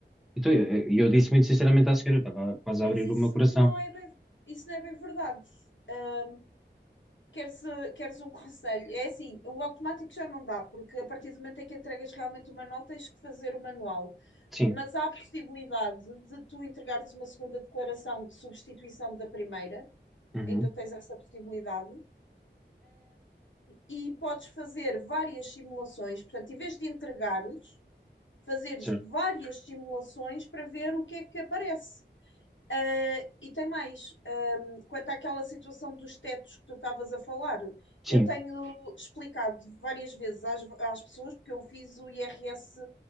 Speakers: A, in the centre; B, on the left.
A: Então, eu, eu disse muito sinceramente à senhora, eu estava quase
B: Mas
A: a abrir
B: isso
A: o meu coração.
B: não é bem, isso não é bem verdade. Uh, Queres, eh, queres um <laughs> conselho? É assim, o automático já não dá, porque a partir do momento em que entregas realmente uma nota, tens que fazer o manual.
A: Sim,
B: Mas há a possibilidade de tu entregares uma segunda declaração de substituição da primeira,
A: uhum,
B: ainda tens essa possibilidade, e podes fazer várias simulações. Portanto, em vez de entregares, fazeres
A: certo,
B: várias simulações para ver o que é que aparece. Uh, e tem mais, um, quanto àquela situação dos tetos que tu estavas a falar,
A: sim,
B: eu tenho explicado várias vezes às, às pessoas, porque eu fiz o IRS